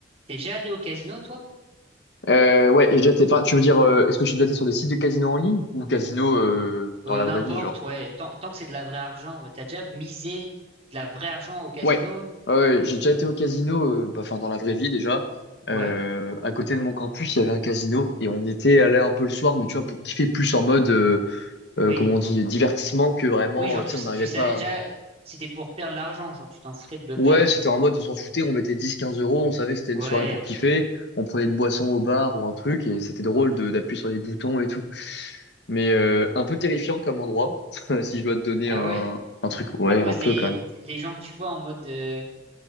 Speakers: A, on the right (about 35°); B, on the left (about 70°).
A: T'es déjà allé au casino, toi?
B: Euh, ouais, j'ai déjà été. Enfin, tu veux dire, euh, est-ce que j'ai déjà été sur des sites de casino en ligne ou casino euh, dans
A: Euh,
B: la
A: n'importe,
B: vraie vie, genre?
A: ouais. Tant, tant que c'est de la vraie argent, ouais. T'as déjà misé de la vraie argent au casino?
B: Ouais, Ah ouais, j'ai
A: Ok.
B: déjà été au casino, euh, bah, enfin dans la vraie vie déjà.
A: Ouais.
B: Euh, à côté de mon campus, il y avait un casino et on était allé un peu le soir, mais tu vois, pour kiffer plus en mode, euh,
A: Oui.
B: euh, comment on dit, divertissement que vraiment,
A: Oui, genre,
B: euh, tu
A: tu,
B: sais, on n'arrivait
A: tu savais
B: pas.
A: déjà,
B: à-
A: c'était pour perdre de l'argent, genre, tu t'en foutais de le
B: Ouais,
A: perdre.
B: c'était en mode, on s'en foutait, on mettait dix quinze euros, on savait que c'était une
A: Ouais,
B: soirée pour
A: ok,
B: kiffer,
A: ok.
B: on prenait une boisson au bar ou un truc et c'était drôle de d'appuyer sur les boutons et tout. Mais euh, un peu terrifiant comme endroit, <laughs> si je dois te donner
A: Ah
B: un,
A: ouais?
B: un truc, ouais,
A: À cause
B: un peu
A: des,
B: quand même.
A: des gens que tu vois en mode, euh,